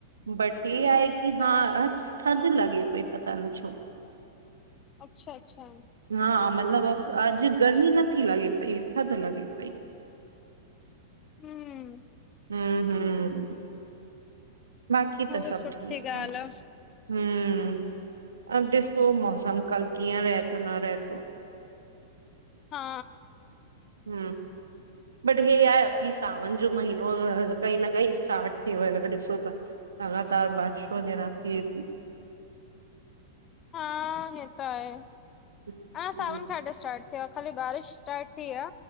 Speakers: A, on the right; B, on the left.
A: बट हे
B: हम्म
A: आहे की हा अॼु थध लॻे पई पता न छो
B: अच्छा अच्छा
A: हा मतलब अॼु गर्मी नथी लॻे पई थध लॻे पई
B: हुं
A: हुं हुं बाक़ी त
B: उहो
A: सभ
B: सुठी
A: ठीक
B: ॻाल्हि
A: आहे हुं अब ॾिसो मौसम कल कीअ रहे थो न रहे थो
B: हा
A: हुं बट हे आहे अभी सावन जो महीनो आए पई न पई स्टार्ट थी वयो त ॾिसो था लॻातार बारिश पवंदी आ रात ॾीह
B: हा हे त आहे
A: हम्म,
B: अ सावन खा स्टार्ट थियो आ। खाली बारिश स्टार्ट थी आ